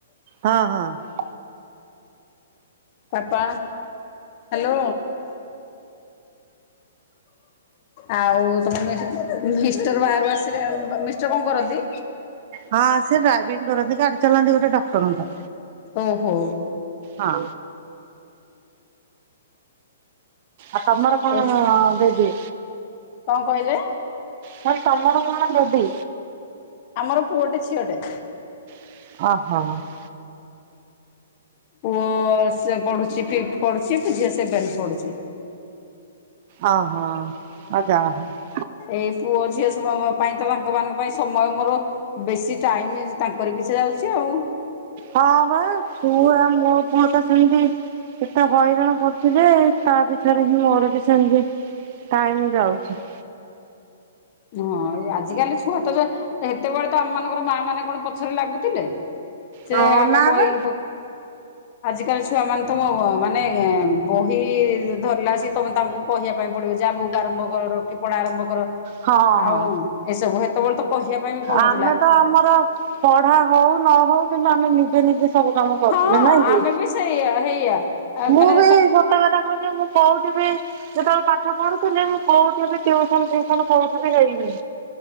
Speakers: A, on the right; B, on the left.
A: ହଁ ହଁ।
B: Papa hello. ଆଉ ତମ ମିଷ୍ଟର ବାହାରୁ ଆସିଲେ ମିଷ୍ଟର କଣ କରନ୍ତି?
A: ହଁ ସେ ଡ୍ରାଇଭିଙ୍ଗ କରନ୍ତି ଗାଡି ଚଲାନ୍ତି ଗୋଟେ ଡକ୍ଟରଙ୍କ।
B: ଓହୋ
A: ହଁ। ଆଉ ତମର କଣ
B: ଏ
A: ବେବି।
B: କଣ କହିଲେ?
A: ଫାଷ୍ଟ ତମର କଣ ବେବି?
B: ଆମର ପୁଅଟେ ଝିଅଟେ।
A: ଅହ।
B: ପୁଅ ସେ ପଢୁଛି ଫିଫ୍‌ଥ୍ ପଢୁଛି ତ ଝିଅ ସେଭେନ୍‌ଥ୍ ପଢୁଛି।
A: ଅହ ଆଉ ଜାହା ହଉ।
B: ଏଇ ପୁଅ ଝିଅ <unintelligible> ପାଇଁ ତ ତାଙ୍କ ମାନଙ୍କ ପାଇଁ ସମୟ ମୋର ବେଶୀ ଟାଇମ୍ ତାଙ୍କରି ପିଛା ଯାଉଛି ଆଉ।
A: ହଁ ବା ପୁଆ ମୋ ପୁଅ ତ ସେମତି। କେତେ ହଇରାଣ କରୁଛି ଯେ ତା ପିଛାରେ ହିଁ ମୋର ବି ସେମତି ଟାଇମ୍ ଯାଉଛି।
B: ହଁ ଆଜିକାଲି ଛୁଆ ତ ଯା ହେତେବଳେ ତ ଆମ ମାନଙ୍କର ମା ମାନେ କଣ ପଛରେ ଲାଗୁଥିଲେ। ସେ
A: ହଁ
B: ଆମେ
A: ନା
B: ବହି
A: ବା
B: ଆଜିକାଲି ଛୁଆ ମାନେ ତ ମ-ମ ମାନେ ବହି ଧରିଲା ସି ତମେ ତାଙ୍କୁ କହିବା ପାଇଁ ପଡିବ ଯାଆ ବୁକ ଆରମ୍ଭ କର କି ପଢା ଆରମ୍ଭ କର।
A: ହଁ
B: ଆଉ
A: ହଁ
B: ଏସବୁ ହେତେବେଳେ ତ କହିବା ପାଇଁ ବି ପଡ଼ୁନଥିଲା
A: ଆମେ ତ ଆମର ପଢା ହୋଉ ନ ହୋଉ କିନ୍ତୁ ଆମେ ନିଜେ ନିଜେ ସବୁ କାମ କରୁ
B: ହଁ
A: ଥିଲେ ନାଇଁ କି
B: ଆମେ ବି ସେଇ ହେଇଆ
A: ମୁଁ
B: ମାନେ
A: ବି ସତ କଥା କ <unintelligible> ମୁଁ କୋଉଠି ବି ଯେତେବେଳେ ପାଠ ପଢୁଥିଲି ମୁଁ କୋଉଠି ବି ଟିଉସନ ସନ କୋଉଠି ବି ହେଇନି।